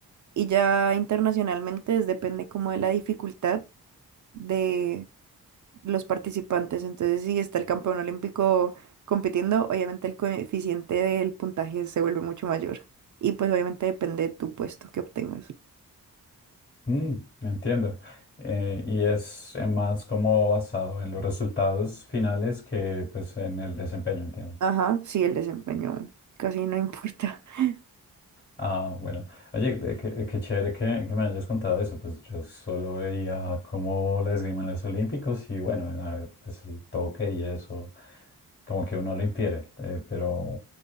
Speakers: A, on the right; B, on the left.
A: Y ya internacionalmente es- depende como de la dificultad de los participantes. Entonces, si está el campeón olímpico compitiendo, obviamente el coeficiente del puntaje se vuelve mucho mayor. Y pues obviamente depende de tu puesto que obtengas.
B: Mm, entiendo. Eh, y es eh, más como basado en los resultados finales que pues en el desempeño, entiendo.
A: Ajá, sí, el desempeño casi no importa. <laughs>
B: Ah, bueno. Oye, eh, qué, eh, qué chévere que, que me hayas contado eso. Pues yo solo veía cómo la esgrima en los Olímpicos y bueno, en la- pues el toque y eso, como que uno lo infiere, eh, pero